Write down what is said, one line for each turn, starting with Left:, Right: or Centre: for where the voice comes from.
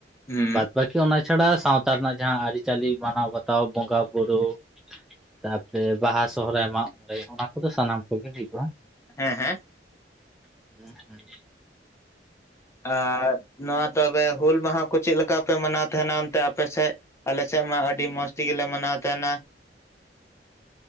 Left: ᱦᱩᱸ
Centre: ᱵᱟᱫ ᱵᱟᱠᱤ ᱠᱤ ᱚᱱᱟ ᱪᱷᱟᱲᱟ ᱥᱟᱶᱛᱟ ᱨᱮᱱᱟᱜ ᱡᱟᱦᱟᱸ ᱟᱹᱨᱤᱪᱟᱹᱞᱤ ᱢᱟᱱᱟᱣ ᱵᱟᱛᱟᱣ ᱵᱚᱸᱜᱟ ᱵᱩᱨᱩ ᱛᱟᱯᱚᱨᱮ ᱵᱟᱦᱟ ᱥᱚᱦᱚᱨᱟᱭ ᱢᱟᱜ ᱢᱚᱬᱮ ᱚᱱᱟ ᱠᱚᱫᱚ ᱥᱟᱱᱟᱢ ᱠᱚᱜᱮ ᱦᱩᱭᱩᱜᱼᱟ ᱾
Left: ᱦᱮᱸ ᱦᱮᱸ
Centre: ᱦᱩᱸ <inaudible> ᱦᱮᱸ
Left: ᱟᱨ ᱱᱚᱣᱟ ᱛᱚᱵᱮ ᱦᱩᱞ ᱢᱟᱦᱟ ᱠᱚ ᱪᱮᱫ ᱞᱮᱠᱟ ᱯᱮ ᱢᱟᱱᱟᱣ ᱛᱟᱦᱮᱱᱟ ᱚᱱᱛᱮ ᱟᱯᱮ ᱥᱮᱜ? ᱟᱞ ᱥᱮᱫ ᱢᱟ ᱟᱹᱰᱤ ᱢᱚᱸᱡᱽ ᱛᱮᱜᱮᱞᱮ ᱢᱟᱱᱟᱣ ᱛᱟᱦᱮᱱᱟ ᱾